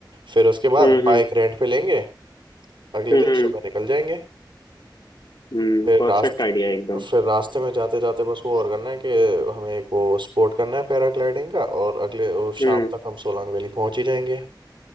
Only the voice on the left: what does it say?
हम्म
हम्म
हम्म
हम्म
परफेक्ट
आइडिया एकदम
हम्म